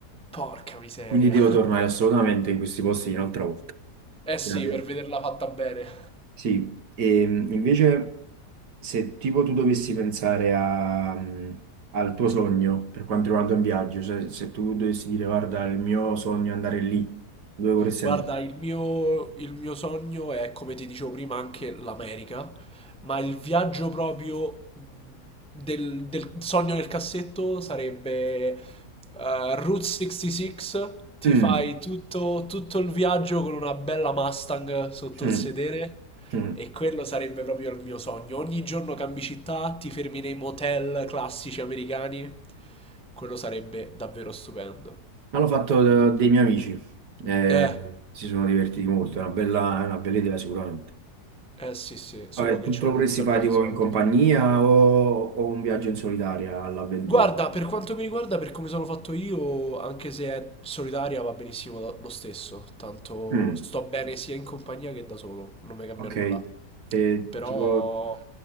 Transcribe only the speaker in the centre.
Porca miseria.
Eh sì,
per vederla fatta bene.
Guarda,
il mio, il mio sogno è, come ti dicevo prima, anche l'America, ma il viaggio proprio del, del sogno nel cassetto sarebbe eh, Route 66, ti
fai tutto, tutto il viaggio con una bella Mustang sotto
il sedere
e quello sarebbe proprio il mio sogno. Ogni giorno cambi città, ti fermi nei motel classici americani, quello sarebbe davvero stupendo.
Eh,
Eh sì sì, solo
che
ci
vogliono
un bel
po'
di soldi.
Guarda, per quanto mi riguarda, per come sono fatto io, anche se è solitaria va benissimo lo lo stesso, tanto
sto bene sia in compagnia che da solo, non mi cambia
nulla. Eh,
Però...